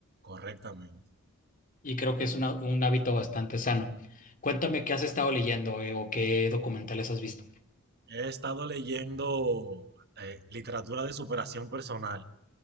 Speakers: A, on the right; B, on the left.
A: Correctamente.
B: y creo que es una- un hábito bastante sano. Cuéntame qué has estado leyendo eh, o qué documentales has visto.
A: He estado leyendo eh, literatura de superación personal.